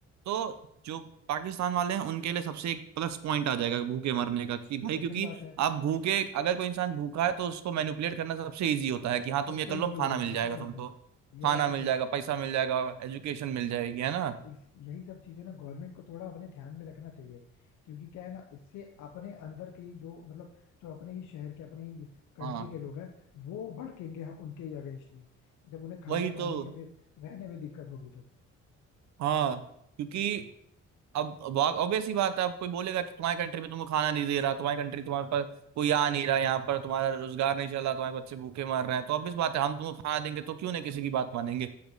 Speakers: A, on the right (about 65°); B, on the left (about 80°).
A: तो जो पाकिस्तान वाले हैं उनके लिए सबसे एक प्लस पॉइंट आ जाएगा भूखे मरने का कि भाई
B: ये तो
A: क्योंकि
B: सही बात है
A: आप भूखे अगर कोई इंसान भूखा है तो उसको मैनिपुलेट करना सबसे इजी होता है कि हाँ तुम
B: सबसे
A: ये कर लो
B: इजी हो
A: खाना
B: जाता
A: मिल
B: है
A: जाएगा
B: सही बात
A: तुमको
B: है ये
A: खाना
B: बात तो
A: मिल
B: सही
A: जाएगा
B: है।
A: पैसा मिल जाएगा एजुकेशन मिल जाएगी है ना
B: तो इस यही सब चीजें ना गवर्नमेंट को थोड़ा अपने ध्यान में रखना चाहिए क्योंकि क्या है ना इससे अपने अंदर के ही जो मतलब जो अपने ही शहर के अपने ही कंट्री
A: हाँ
B: के लोग हैं वो भड़केंगे हम- उनके ही अगेंस्ट में जब उन्हें खाना
A: वही
B: पानी
A: तो
B: या फिर रहने में दिक्कत होगी तो
A: हाँ क्योंकि अब ऑब्वियस ही बात है अब कोई बोलेगा कि तुम्हारी कंट्री में तुमको खाना नहीं दे रहा तुम्हारी कंट्री तुम्हारे पास कोई आ नहीं रहा यहाँ पर तुम्हारा रोजगार नहीं चल रहा तुम्हारे बच्चे भूखे मर रहे हैं तो ऑब्वियस बात है हम तुमको खाना देंगे तो क्यों नहीं किसी की बात मानेंगे